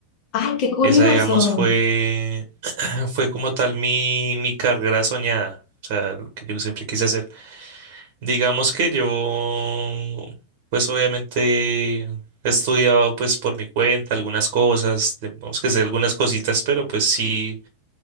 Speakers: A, on the left; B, on the right.
A: ¡Ay, qué curioso!
B: Esa, digamos, fue Ah, Fue como tal mi, mi carrera soñada, o sea, lo que yo siempre quise hacer. Digamos que yo, pues obviamente he estudiado pues por mi cuenta algunas cosas, tenemos que hacer algunas cositas, pero pues sí,